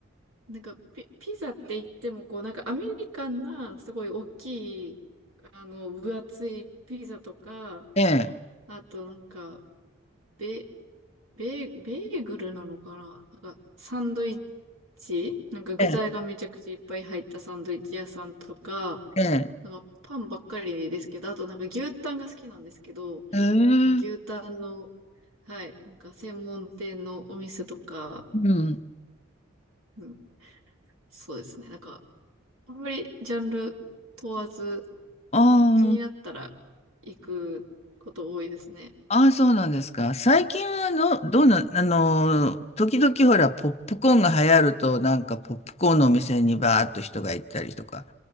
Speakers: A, on the right; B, on the left.
A: なんかピ、ピザって言っても、こう、なんかアメリカンな、すごい大きい、あの、分厚いピザとか、
B: ええ、
A: あとなんか、ベ、ベー、ベーグルなのかななんか、サンドイッチなんか具材がめちゃくちゃいっぱい入ったサンドイッチ屋さんとか、
B: ええ、ええ。
A: なんかパンばっかりですけど、あとなんか牛タンが好きなんですけど、
B: ええ
A: 牛タンの、はい、なんか専門店のお店とか、
B: うん。
A: うん、そうですね。なんか、あんまりジャンル問わず、
B: ああ、
A: 気になったら行くこと多いですね。
B: ああ、そうなんですか。最近はの、どうな、あのー、時々ほら、ポップコーンが流行ると、なんかポップコーンのお店にバーっと人が行ったりとか、